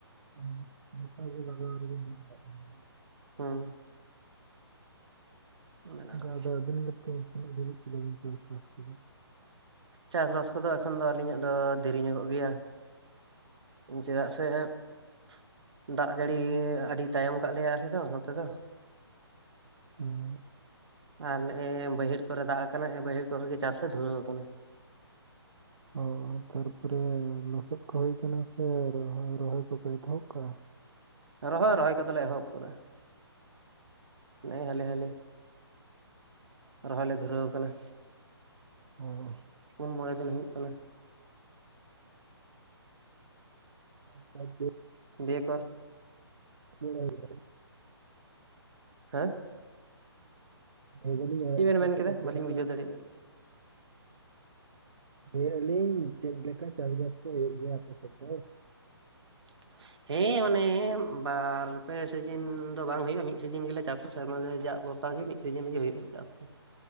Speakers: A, on the right; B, on the right.
A: ᱦᱩᱸ ᱡᱚᱛᱚᱣᱟᱜ ᱜᱮ ᱵᱟᱜᱟᱣ ᱨᱮᱜᱮ ᱢᱮᱱᱟᱜ ᱠᱟᱜ ᱛᱟᱞᱤᱧᱟ ᱾
B: ᱦᱮᱸ᱾ ᱢᱟᱲᱟᱝ
A: ᱚᱱᱠᱟᱫᱚ
B: ᱨᱮᱜᱮ
A: ᱟᱹᱵᱤᱱ ᱜᱮ ᱛᱤᱱᱟᱹᱜ ᱫᱷᱟᱹᱵᱤᱡ ᱠᱮᱫᱟ ᱵᱤᱱ ᱪᱟᱥᱵᱟᱥ ᱠᱮᱫᱚ?
B: ᱪᱟᱥᱵᱟᱥ ᱠᱚᱫᱚ ᱮᱠᱷᱚᱱ ᱫᱚ ᱟᱹᱞᱤᱧᱟᱜ ᱫᱚ ᱫᱮᱨᱤ ᱧᱚᱜᱚᱜ ᱜᱮᱭᱟ᱾ ᱪᱮᱫᱟᱜ ᱥᱮ <inaudible> ᱫᱟᱜ ᱡᱟᱹᱲᱤ ᱟᱹᱰᱤ ᱛᱟᱭᱚᱢ ᱠᱟᱜ ᱞᱮᱭᱟ ᱟᱞᱮ ᱫᱚ ᱱᱚᱛᱮ ᱫᱚ᱾
A: ᱦᱩ ᱸ᱾
B: ᱟᱨ ᱱᱮᱜ-ᱮ ᱵᱟᱹᱭᱦᱟᱹᱲ ᱠᱚᱨᱮ ᱫᱟᱜ ᱟᱠᱟᱱᱟ ᱱᱮᱜ-ᱮ ᱵᱟᱹᱭᱦᱟᱹᱲ ᱠᱚᱨᱮ ᱜᱮ ᱪᱟᱥ ᱞᱮ ᱫᱷᱩᱨᱟᱹᱣ ᱟᱠᱟᱱᱟ᱾
A: ᱚ ᱛᱟᱨᱯᱚᱨᱮ ᱞᱚᱥᱚᱫ ᱠᱚ ᱦᱩᱭ ᱟᱠᱟᱱᱟ ᱥᱮ ᱨᱚᱦᱚᱭ ᱠᱚᱯᱮ ᱮᱛᱚᱦᱚᱵ ᱠᱟᱜ-ᱟ?
B: ᱨᱚᱦᱚᱭ ᱨᱚᱦᱚᱭ ᱠᱟᱫᱚᱞᱮ ᱮᱦᱚᱵ ᱠᱟᱫᱟ ᱾ <inaudible> ᱱᱮᱜ-ᱮ ᱦᱟᱞᱮ ᱦᱟᱞᱮ ᱨᱚᱦᱚᱭ ᱞᱮ ᱫᱷᱩᱨᱟᱹᱣ ᱟᱠᱟᱱᱟ᱾
A: ᱚ ᱾
B: ᱯᱩᱱ ᱢᱚᱬᱮ ᱫᱤᱱ ᱦᱩᱭᱩᱜ ᱠᱟᱱᱟ᱾
A: ᱟᱨ ᱯᱟᱸᱪ ᱫᱤᱱ ᱾
B: ᱫᱤᱭᱮ ᱯᱚᱨ
A: <unintelligible>
B: ᱦᱮᱸ?
A: ᱞᱟᱹᱭ ᱮᱫᱟᱞᱤᱧ
B: ᱪᱮᱫ ᱵᱮᱱ
A: ᱟᱯᱮ
B: ᱢᱮᱱ
A: ᱥᱮᱫ
B: ᱠᱮᱫᱟ
A: ᱫᱚ ᱪᱮᱫ
B: ᱵᱟᱹᱞᱤᱧ
A: ᱞᱮᱠᱟ
B: ᱵᱩᱡᱷᱟᱹᱣ ᱫᱟᱲᱮᱭᱟᱫᱟ
A: ᱞᱟᱹᱭ ᱮᱫᱟᱞᱤᱧ ᱪᱮᱫ ᱞᱮᱠᱟ ᱪᱟᱥᱵᱟᱥ ᱠᱚ ᱦᱩᱭᱩᱜ ᱜᱮᱭᱟ ᱟᱯᱮ ᱥᱮᱫ ᱫᱚ?
B: <inaudible> ᱦᱮᱸ ᱢᱟᱱᱮ ᱵᱟᱨᱯᱮ ᱥᱤᱡᱤᱱ ᱫᱚ ᱵᱟᱝ ᱦᱩᱭᱩᱜ-ᱟ᱾ ᱢᱤᱫ ᱥᱤᱡᱤᱱ ᱜᱮᱞᱮ ᱪᱟᱥᱟ ᱥᱮᱨᱢᱟ ᱨᱮᱱᱟᱜ ᱡᱟᱜ ᱵᱷᱚᱨᱥᱟ ᱜᱮ ᱢᱤᱫ ᱥᱤᱡᱤᱱ ᱜᱮ ᱦᱩᱭᱩᱜ-ᱟ ᱪᱟᱥ ᱫᱚ ᱾